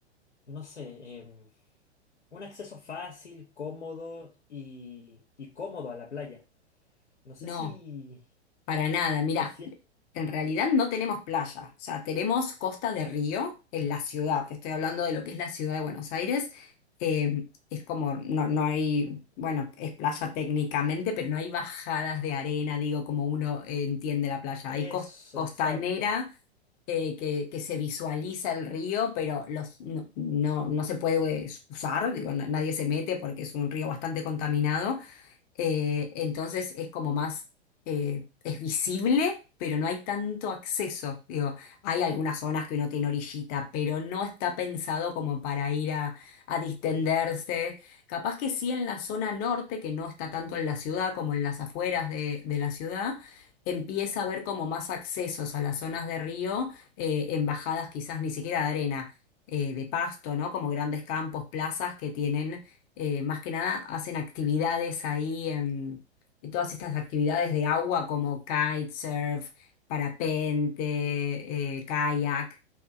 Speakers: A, on the left; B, on the left.
A: no sé, em, un acceso fácil, cómodo y, y cómodo a la playa. No sé
B: No,
A: si,
B: para nada. Mira.
A: es, si es
B: En realidad no tenemos playa, o sea, tenemos costa de río en la ciudad. Te estoy hablando de lo que es la ciudad de Buenos Aires. eh, es como, no, no hay, bueno, es playa técnicamente, pero no hay bajadas de arena, digo, como uno eh, entiende la playa.
A: eso,
B: Hay cos- costanera
A: exacto,
B: eh, que, que se visualiza el río, pero los, no, no, no se puede usar, digo, na- nadie se mete porque es un río bastante contaminado. Eh, entonces es como más, eh, es visible, pero no hay tanto acceso. Digo, hay algunas zonas que no tiene orillita, pero no está pensado como para ir a, a distenderse. Capaz que sí en la zona norte, que no está tanto en la ciudad como en las afueras de, de la ciudad, empieza a haber como más accesos a las zonas de río, eh, en bajadas quizás ni siquiera de arena. eh, de pasto, ¿no? Como grandes campos, plazas que tienen eh, más que nada hacen actividades ahí, en, en todas estas actividades de agua como kitesurf, parapente, eh, kayak.